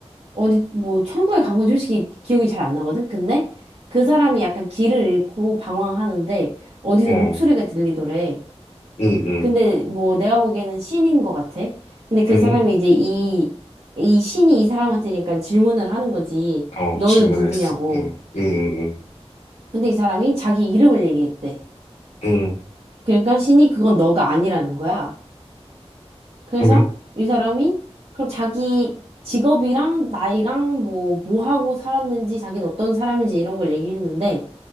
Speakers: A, on the right; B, on the left.
A: 어디 뭐 천국에 간 건 솔직히 기억이 잘 안 나거든? 근데 그 사람이 약간 길을 잃고 방황하는데 어디서
B: 어,
A: 목소리가 들리더래.
B: 응, 응.
A: 근데 뭐 내가 보기에는 신인 것 같아. 근데 그
B: 응?
A: 사람이 이제 이, 이 신이 이 사람한테 약간 질문을 하는 거지.
B: 어,
A: 너는
B: 질문을
A: 누구냐고.
B: 했어. 응, 응, 응,
A: 근데 이 사람이 자기 이름을 얘기했대.
B: 응. 응.
A: 그러니까 신이 그건 너가 아니라는 거야. 그래서
B: 그러면?
A: 이 사람이 그럼 자기 직업이랑 나이랑 뭐, 뭐 하고 살았는지 자기는 어떤 사람인지 이런 걸 얘기했는데